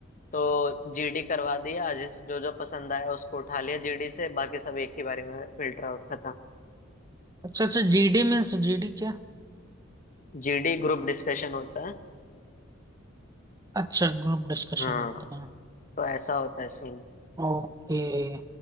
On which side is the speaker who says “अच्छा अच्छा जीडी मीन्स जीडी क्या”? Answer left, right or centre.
Right